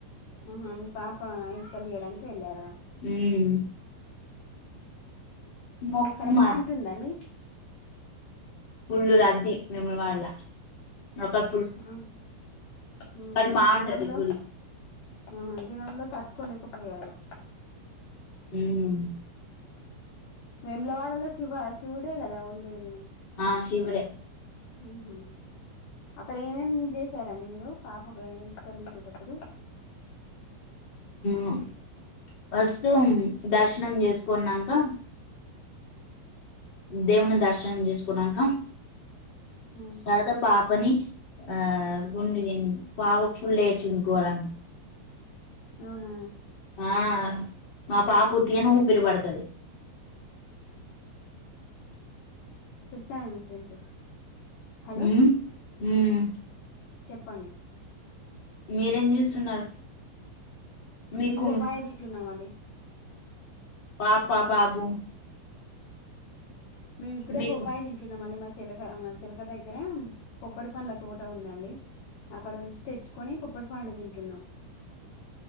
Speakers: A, on the left; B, on the left.
A: ఆహా పాప ఇంటి కాడ లేదా వెళ్లార
B: ఉమ్ మొక్కు
A: అక్కడ బాగుంటుందని
B: మాది ఫుల్ రద్ది మేము వాడల అక్కడ
A: ఆ ఉమ్
B: కానీ బాగుంటది
A: ఆ జనంలో
B: గుడి
A: ఆ జనంలో తట్టుకోలేకపోయారు
B: ఉమ్
A: వెములవాడలో శివ శివుడే కదా ఉండేది
B: ఆ శివుడె
A: ఉంహు అక్కడ ఏమేమి చేసారండి మీరు పాపకి ఎంటుకలు తీసేటప్పుడు
B: ఉమ్ ఫస్ట్ దర్శనం చేసుకున్నంక దేవుని దర్శనం చేసుకున్నంక
A: ఉమ్
B: తర్వాత పాపని ఆ గుండు గని బాబ్కు ఫుల్ వేసింది గోరంగ
A: అవునా
B: ఆ మా పాప ఉత్తిగాన్ ఊపిరి పడుతది
A: తెస్తా మీ ఫ్రెండ్స్ హలో
B: ఉమ్ ఉమ్
A: పండి
B: మీరేం చేస్తున్నారు మీకు
A: మేము పాపయ తింటున్నాం అండి
B: పాపా బాబు
A: మేము ఇప్పుడే
B: మీకు
A: పాపయ తింటన్నామండి మ చిలక మా చిలక దగ్గర పొప్పడి పండ్ల తోట ఉందండి అక్కడ ఉంచి తెచ్చుకొని పొప్పడి పండ్ తింటున్నాం